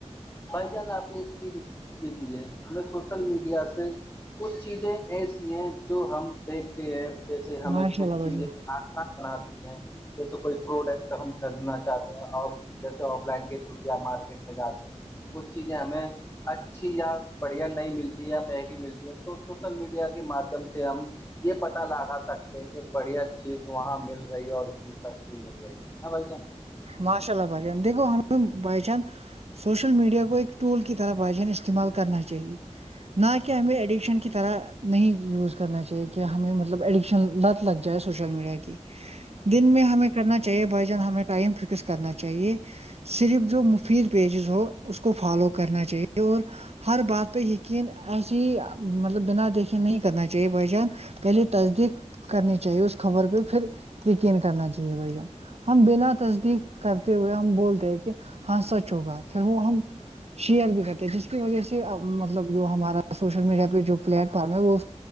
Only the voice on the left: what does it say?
بھائی جانا آ نے ایک چیری بھی کی ہے ہم نے سوشل میڈیا سے کچھ چیزیں ایسی ہیں جو ہم دیکھتے ہیں جیسے ہمیں
کچھ
چیزیں
آھا بناتی ہیں جیسے کوئی پروڈکٹ ہم خریدنا چاہتے ہیں آپ جیسے آف لائن کے تھرو یا مارکیٹ میں جاتے ہیں وہ چیزیں ہمیں اچھی یا بڑھیا نہیں ملتی یا مہنگی ملتی ہے تو سوشل میڈیا کے مادھیم سے ہم یہ پتا لگا سکتے ہیں کہ بڑھیا چیز وہاں مل رہی ہے اور سستی ملائی ہے ن بائی
ج
<inaudible>